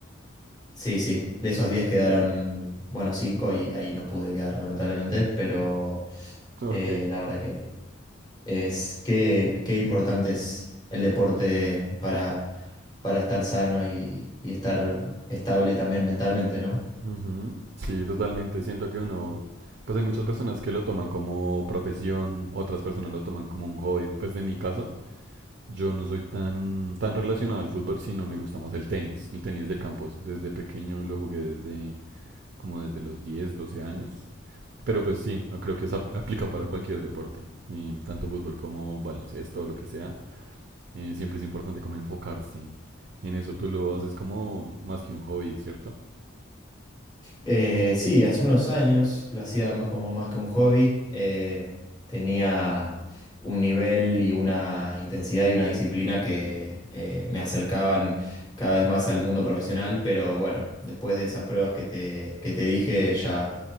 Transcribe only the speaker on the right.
<laughs> ok,
Ujú, Sí, totalmente, siento que uno, pues hay muchas personas que lo toman como profesión, otras personas lo toman como un hobby, pues de mi caso, yo no soy tan, tan relacionado al fútbol, sino me gusta más el tenis, el tenis de campos, desde pequeño lo jugué desde... como desde los 10 12 años. Pero pues sí, creo que eso ap- <laughs> aplica para cualquier deporte, y tanto fútbol como baloncesto o lo que sea. eh, siempre es importante como enfocarse en eso. Tú lo haces como más que un hobby, ¿cierto?